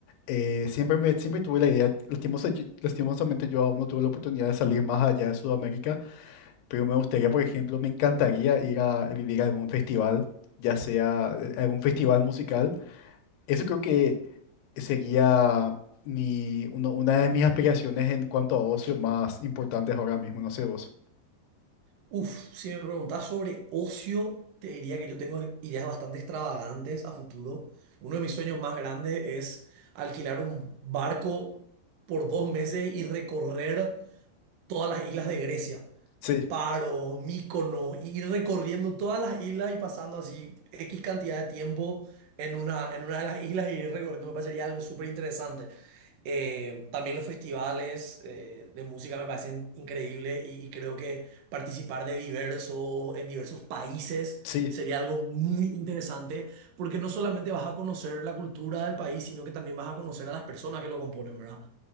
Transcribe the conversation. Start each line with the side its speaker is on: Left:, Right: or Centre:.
Left: eh, siempre me, siempre tuve la idea, lastimosa- lastimosamente yo aún no tuve la oportunidad de salir más allá de Sudamérica, Pero me gustaría, por ejemplo, me encantaría ir a vivir a algún festival, ya sea eh, algún festival musical. Eso creo que sería mi, uno- una de mis aspiraciones en cuanto a ocio más importantes ahora mismo, no sé vos.
Right: Uf, si me preguntás sobre ocio, te diría que yo tengo ideas bastante extravagantes a futuro. Uno de mis sueños más grandes es alquilar un barco por dos meses y recorrer todas las islas de Grecia.
Left: Sí,
Right: Paro, Mícono, y ir recorriendo todas las islas y pasando así X cantidad de tiempo en una, en una de las islas y ir recorriendo me parecería algo súper interesante. Eh, también los festivales eh, de música me parecen increíbles y, y creo que participar de diversos, en diversos países
Left: sí.
Right: sería algo muy interesante porque no solamente vas a conocer la cultura del país, sino que también vas a conocer a las personas que lo componen, ¿verdad?